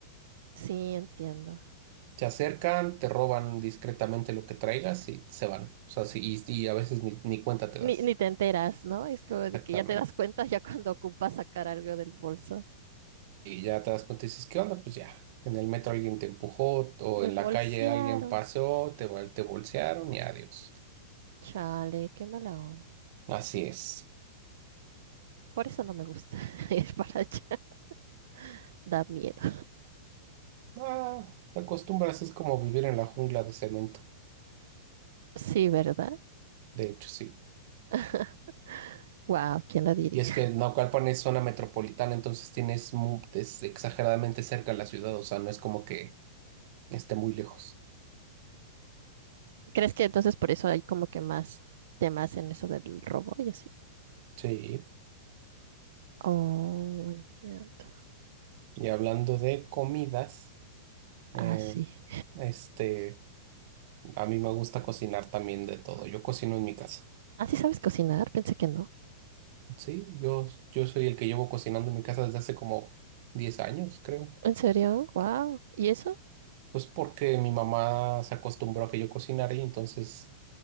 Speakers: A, on the right (about 70°); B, on the right (about 50°).
A: sí, entiendo.
B: Te acercan, te roban discretamente lo que traigas y se van. O sea, sí, y, y a veces ni, ni cuenta te
A: Ni,
B: das.
A: ni te enteras, ¿no? Es como de
B: Exactamente.
A: que ya te das cuenta ya cuando ocupas sacar algo del bolso.
B: Y ya te das cuenta y dices, ¿qué onda? Pues ya, en el metro alguien te empujó o
A: Me
B: en la
A: bolsearon.
B: calle alguien pasó, te, bol- te bolsearon y adiós.
A: Chale, qué mala onda.
B: Así es.
A: Por eso no me gusta <laughs> ir para allá. <laughs> Da miedo.
B: Ah, te acostumbras, es como vivir en la jungla de cemento.
A: Sí, ¿verdad?
B: De hecho, sí.
A: <laughs> Wow, ¿quién lo diría?
B: Y es que Naucalpan es zona metropolitana, entonces tienes mu- es exageradamente cerca de la ciudad, o sea, no es como que esté muy lejos.
A: ¿Crees que entonces por eso hay como que más temas en eso del robo y así?
B: Sí.
A: Oh, entiendo.
B: Y hablando de comidas,
A: Ah,
B: eh,
A: sí.
B: este, a mí me gusta cocinar también de todo. Yo cocino en mi casa.
A: ¿Ah, sí sabes cocinar? Pensé que no.
B: Sí, yo, yo soy el que llevo cocinando en mi casa desde hace como 10 años, creo.
A: ¿En serio? ¡Wow! ¿Y eso?
B: Pues porque mi mamá se acostumbró a que yo cocinara y entonces